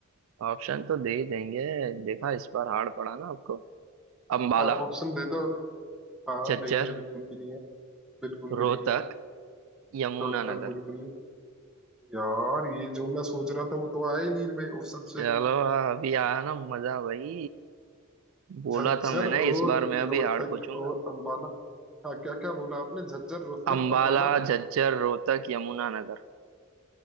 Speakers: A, on the right; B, in the centre.
A: ऑप्शन तो दे ही देंगे देखा इस बार हार्ड पड़ा ना आपको अम्बाला
B: हाँ ऑप्शन दे दो हाँ
A: झज्जर
B: नहीं है बिल्कुल भी नहीं है बिल्कुल भी
A: रोहतक
B: नहीं है
A: यमुनानगर
B: तो तक बिल्कुल नहीं यार ये जो मैं सोच रहा था वो तो आया ही नहीं इनमें ऑप्शन से
A: चलो अभी आया ना मजा भाई बोला
B: झज्जर
A: था मैंने
B: और
A: इस बार मैं अभी
B: रोहतक
A: हार्ड पूछूंगा
B: और अंबाला हाँ क्या क्या बोला आपने झज्जर रोहतक
A: अंबाला
B: अंबाला
A: झज्जर रोहतक यमुनानगर